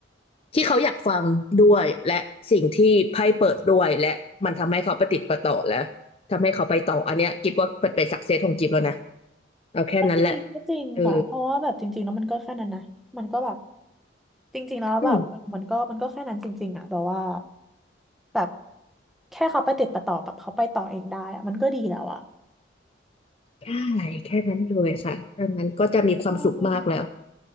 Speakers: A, on the left; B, in the centre.
A: ที่เขาอยากฟังด้วยและสิ่งที่ไพ่เปิดด้วยและมันทำให้เขาประติดประต่อและทำให้เขาไปต่ออันเนี้ยกิบว่าเป็นเป็นสักเซสของกิบแล้วนะเอาแค่นั้นแหละ
B: ก็จริงก็จริงค่ะเพราะว่าแบบจริงๆแล้วมันก็แค่นั้นนะมันก็แบบ
A: เออ
B: จริงๆแล้วแบบมันก็มันก็แค่นั้นจริงๆอ่ะแบบว่า
A: อืม
B: แบบแค่เขาไปติดประต่อแบบเขาไปต่อเองได้อะมันก็ดีแล้วอ่ะ
A: ใช่แค่นั้นเลยค่ะอันนั้นก็จะมีความสุขมากแล้ว
B: ใช่